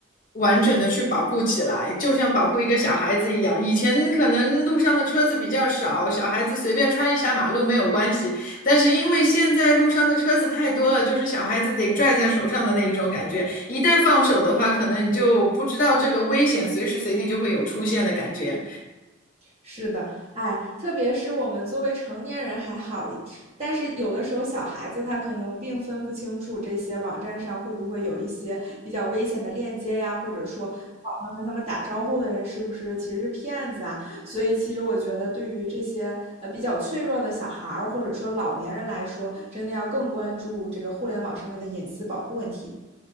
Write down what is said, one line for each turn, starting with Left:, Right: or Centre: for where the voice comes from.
Left: 完整的去保护起来，就像保护一个小孩子一样。以前可能路上的车子比较少，小孩子随便穿一下马路没有关系，但是因为现在路上的车子太多了，就是小孩子得拽在手上的那一种感觉，一旦放手的话，可能你就不知道这个危险随时随地就会有出现的感觉。
Right: 是的，哎，特别是我们作为成年人还好，但是有的时候小孩子他可能并分不清楚这些网站上会不会有一些比较危险的链接呀，或者说网上和他们打招呼的人是不是其实是骗子啊？所以其实我觉得，对于这些呃比较脆弱的小孩儿或者说老年人来说，真的要更关注这个互联网上面的隐私保护问题。